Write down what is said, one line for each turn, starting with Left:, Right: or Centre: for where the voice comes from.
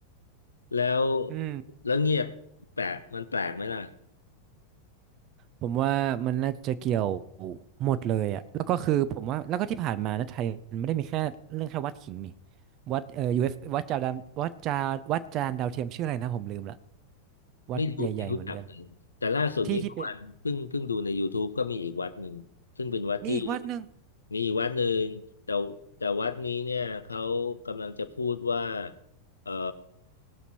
Left: แล้ว
Right: อืม
Left: แล้วเงียบแปลกมันแปลกไหมล่ะ
Right: ผมว่ามันน่าจะเกี่ยวหมดเลยอ่ะแล้วก็คือผมว่าแล้วก็ที่ผ่านมานะไทยมันไม่ได้มีแค่เรื่องแค่วัดขิงนี่วัดเอ่อ u วัดจานดาววัดจาวัดจานดาวเทียมชื่ออะไรนะผมลืมละวัดใหญ่ๆเหมือนกัน
Left: ไม่รู้ไม่รู้จักเลยแต่ล่าสุดนี้เมื่อวานเพิ่งเพิ่งดูใน
Right: ที่ที่เป็น
Left: YouTube ก็มีอีกวัดหนึ่งซึ่งเป็นวัดที่
Right: มีอีกวัดหนึ่ง
Left: มีอีกวัดหนึ่งแต่แต่วัดนี้เนี่ยเขากำลังจะพูดว่าเอ่อ